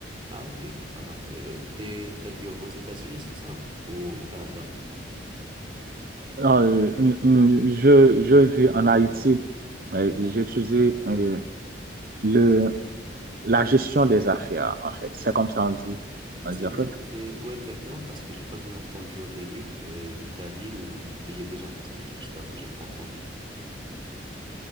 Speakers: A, on the right; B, on the right.
A: Ah, ok, pas mal. Euh, t'es, t'as dit aux États-Unis, c'est ça? Ou au Canada?
B: Euh, euh, euh, je, je vis en Haïti. mais J'étudie euh, le, la gestion des affaires, en fait. C'est comme ça on dit. On
A: C'est
B: dit en
A: où?
B: fait.
A: C'est où exactement, parce que j'ai pas bien entendu au début euh, la ville ou le pays déjà, parce que je, je t'avoue, j'ai pas entendu.